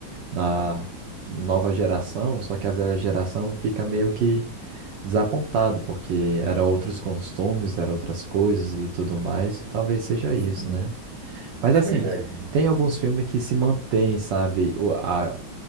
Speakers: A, on the right; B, on the right.
A: na nova geração, só que a velha geração fica meio que desapontado, porque era outros costumes, era outras coisas e tudo mais. Talvez seja isso,
B: Uhum.
A: né? Mas
B: É
A: assim,
B: verdade.
A: tem alguns filmes que se mantêm, sabe? O- a,